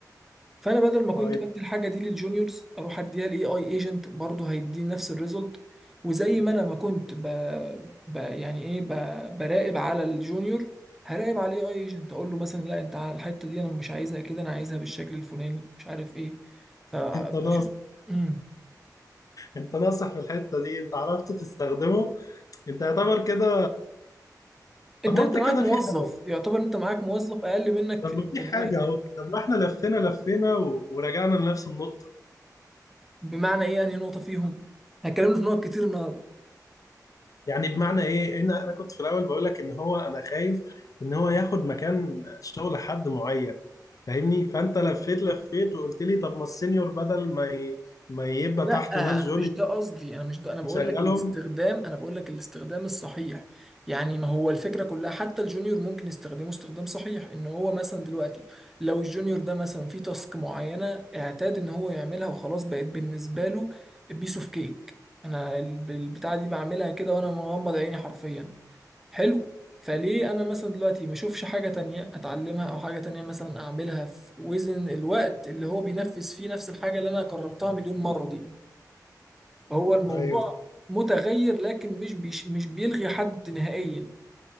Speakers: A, in the centre; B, on the left.
A: فانا بدل ما كنت
B: ايوه
A: بدي الحاجه دي للجونيورز اروح اديها لاي اي ايجنت برضه هيديني نفس الريزلت وزي ما انا ما كنت ب... ب... يعني ايه ب... براقب على الجونيور هراقب على الاي اي ايجنت اقول له مثلا لا انت على الحته دي انا مش عايزها كده انا عايزها بالشكل الفلاني مش عارف ايه فبشوف
B: انت ناصح
A: امم
B: انت ناصح في الحتة دي انت عرفت تستخدمه انت يعتبر كده طب
A: انت
B: ما
A: انت
B: انت
A: معاك
B: كده
A: موظف
B: في حاجة
A: يعتبر انت معاك موظف اقل منك
B: طب
A: في الامكانيات
B: ما في حاجة اهو طب ما احنا لفينا لفينا و- ورجعنا لنفس النقطة
A: بمعنى ايه انهي نقطه فيهم هتكلمنا في نقط كتير النهارده
B: يعني بمعنى ايه انا انا كنت في الاول بقول لك ان هو انا خايف ان هو ياخد مكان شغل حد معين فاهمني فانت لفيت لفيت وقلت لي طب ما السينيور بدل ما ي... ما يبقى
A: لا
B: تحته ناس جونيور
A: انا مش ده قصدي انا مش ده انا بقول
B: يشغلهم
A: لك الاستخدام انا بقول لك الاستخدام الصحيح يعني ما هو الفكره كلها حتى الجونيور ممكن يستخدمه استخدام صحيح ان هو مثلا دلوقتي لو الجونيور ده مثلا في تاسك معينه اعتاد ان هو يعملها وخلاص بقت بالنسبه له بيس اوف كيك انا ال- البتاعه دي بعملها كده وانا مغمض عيني حرفيا حلو فليه انا مثلا دلوقتي ما اشوفش حاجه تانية اتعلمها او حاجه تانية مثلا اعملها في وزن الوقت اللي هو بينفذ فيه نفس الحاجه اللي انا قررتها مليون مره دي فهو الموضوع
B: ايوه
A: متغير لكن مش بيش مش بيلغي حد نهائيا